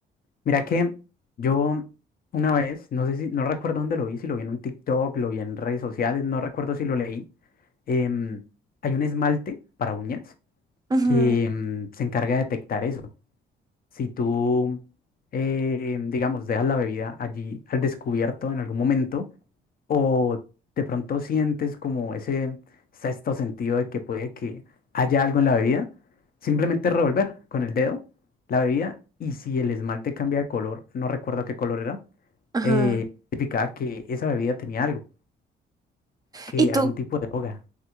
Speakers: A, on the left; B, on the right.
A: Mira que yo una vez, no sé si, no recuerdo dónde lo vi, si lo vi en un TikTok, lo vi en redes sociales, no recuerdo si lo leí. em, hay un esmalte para uñas
B: Ujú,
A: que em, se encarga de detectar eso. Si tú, em, digamos, dejas la bebida allí al descubierto en algún momento, O de pronto sientes como ese sexto sentido de que puede que haya algo en la bebida. Simplemente revolver con el dedo la bebida y si el esmalte cambia de color, no recuerdo qué color era,
B: ajá.
A: eh, significaba que esa bebida tenía algo, que
B: Y tú,
A: algún tipo de droga.